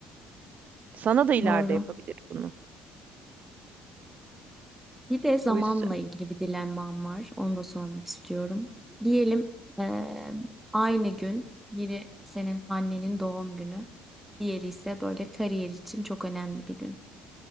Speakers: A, on the right; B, in the centre.
A: Sana da ileride
B: Doğru.
A: yapabilir bunu.
B: Bir de zamanla
A: O yüzden
B: ilgili bir dilemmam var. Onu da sormak istiyorum. Diyelim eee, aynı gün biri senin annenin doğum günü, diğeri ise böyle kariyer için çok önemli bir gün.